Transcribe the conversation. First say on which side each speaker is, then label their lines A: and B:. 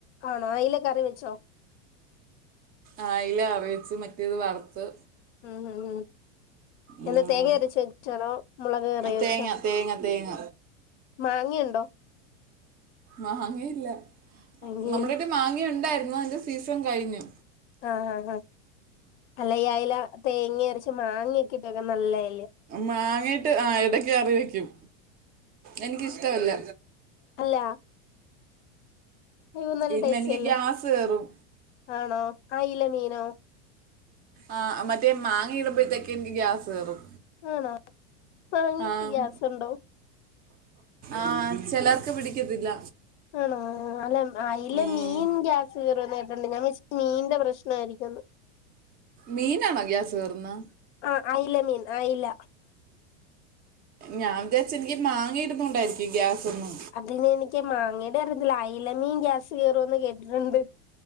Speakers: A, on the left; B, on the right.
A: ആണോ അയില കറി വെച്ചോ?
B: ആഹ് ആയില കറിവച്ച് മറ്റേത് വറ്ത്ത്.
A: ഉം ഉം ഉം
B: ഉം.
A: എന്നാ തേങ്ങ അരച്ച വെ <unintelligible> ണോ? മുളക് കറി വെച്ചോ?
B: തേങ്ങ തേങ്ങ തേങ്ങ
A: മാങ്ങയിണ്ടോ
B: മാങ്ങയില്ല.
A: മാങ്ങയില്
B: നമ്മടെടെ മാങ്ങ ഉണ്ടായിരുന്നു അതിൻ്റെ സീസൺ കഴിഞ്ഞു.
A: ആഹ് ആഹ് ആഹ് അല്ല ഈ അയില തേങ്ങ അരച്ച് മാങ്ങ്യെക്കെ ഇട്ടെക്കെ നല്ലേ
B: മാങ്ങിയിട്ട് ആഹ് എടക്ക് കറി വെക്കും. എനിക്കിഷ്ടവല്ല.
A: അല്ല അയ്യോ നല്ല
B: ഇല്ല
A: ടേസ്റ്റ്
B: എനിക്ക്
A: അല്ലേ
B: ഗ്യാസ് കേറും
A: ആണോ അയില മീനോ
B: ആഹ് അ മറ്റേ മാങ്ങ ഇടുമ്പഴത്തേക് എനിക്ക് ഗ്യാസ് കേറും.
A: ആണോ മാങ്ങക്ക്
B: ആഹ്
A: ഗ്യാസ് ഉണ്ടോ
B: ആഹ് ചെലർക്ക് പിടിക്കത്തില്ല.
A: ആണോ? അല്ല അയില
B: ഉം.
A: മീൻ ഗ്യാസ് കേറോന്ന് കേട്ട്ണ്ട് ഞാൻ വിചാര്ച്ച് മീൻന്റെ പ്രശ്നമായിരിക്കുംന്ന്.
B: മീനാണോ ഗ്യാസ് കേറ്ന്നെ?
A: ആഹ് അയില മീൻ അയില.
B: ഞാൻ വിചാരിച്ച് എനിക്ക് മാങ്ങയിടുന്നോണ്ടായിരിക്കും ഗ്യാസെന്ന്.
A: അതിന് എനിക്ക് മാങ്ങടെ അറിയത്തില്ല അയല മീൻ ഗ്യാസ് കേറോന്ന് കേട്ടിട്ട്ണ്ട്.